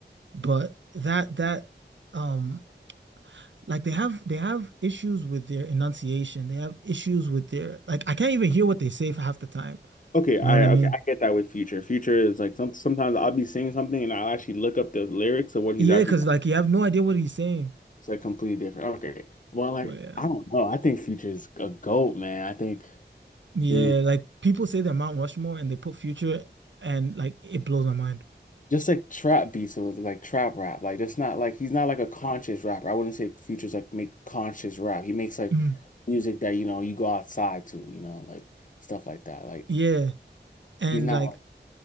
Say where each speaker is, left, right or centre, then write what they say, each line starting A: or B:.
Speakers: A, on the right (about 85°); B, on the left (about 45°).
A: But that that um like they have they have issues with their enunciation. They have issues with their like I can't even hear what they say for half the time.
B: Okay,
A: You
B: I
A: know what I mean?
B: okay, I get that with Future. Future is like some sometimes I'll be seeing something and I'll actually look up the lyrics of what he's
A: Yeah,
B: actually
A: because like you have no idea what he's saying.
B: it's like completely different. Okay. Well, like
A: But yeah.
B: I don't know. I think Future is a GOAT, man. I think
A: Yeah,
B: he's
A: like people say they're Mount Rushmore and they put Future and like it blows my mind.
B: just like trap beats, so it's like trap rap. Like it's not like he's not like a conscious rapper. I wouldn't say Future's like make conscious rap. He makes like
A: Mm.
B: music that, you know, you go outside to, you know, like stuff like that. Like
A: Yeah. And
B: he's not
A: like
B: like,